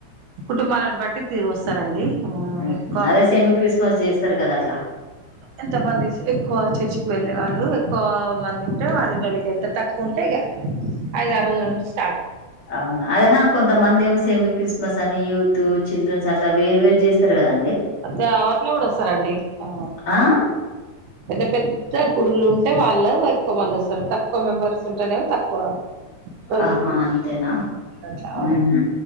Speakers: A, on the right; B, on the left.
A: కుటుంబాలను బట్టి తీ వస్తారండి ఆ
B: ఉహు
A: ఎక్కువ
B: అదే సెమీ క్రిస్మస్ చేస్తారు కదా అట్లా
A: ఎంతమంది ఎక్కువ చర్చి వెళ్ళే వాళ్ళు ఎక్కువ మంది ఉంటే వాళక్కడికి వెళ్తే తక్కువ ఉంటే ఇక అయి <unintelligible>
B: అవును అదే హకు ఇంత మంది ఏమో సేమి క్రిస్మస్ అని యూత్ చిల్డ్రన్స్ అట్లా వేరు వేరు చేస్తారు కద
A: అదే అవాట్లో కూడా వస్తారండి అ
B: ఆ
A: పెద్ద పెద్ద కె గుడులు ఉంటే వాళ్ళు ఎక్కువ మంది వస్తారు తక్కువ మెంబర్స్ ఉంటేనేమో తక్కువ రోజులు
B: ఆహా అంతెనా
A: అట్లా ఆ
B: మ్ హు